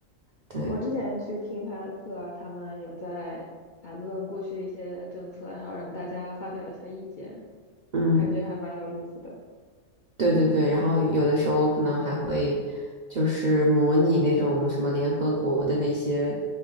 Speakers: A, on the right (about 60°); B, on the left (about 55°).
A: 对，
B: 我之前去听他的课啊，他们有在谈论过去一些政策，然后让大家发表一下意见，
A: 嗯，
B: 感觉还蛮有意思的。
A: 对对对，然后有的时候可能还会就是模拟那种什么联合国的那些